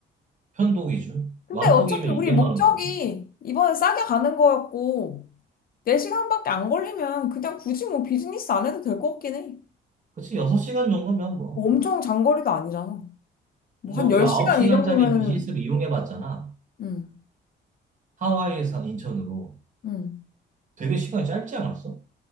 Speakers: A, on the right (about 40°); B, on the left (about 45°).
A: 편도 기준.
B: 근데
A: 왕복이면
B: 어차피 우리
A: 200만
B: 목적이
A: 원대고.
B: 이번에 싸게 가는 거였고 4시간밖에 안 걸리면 그냥 굳이 뭐 비즈니스 안 해도 될 것 같긴 해.
A: 그치, 6시간 정도면 뭐.
B: 뭐 엄청 장거리도 아니잖아. 뭐
A: 근데
B: 한
A: 우리가
B: 10시간
A: 아 9시간짜리
B: 이 정도면은
A: 비즈니스를 이용해 봤잖아.
B: 응.
A: 하와이에서 인천으로.
B: 응.
A: 되게 시간이 짧지 않았어?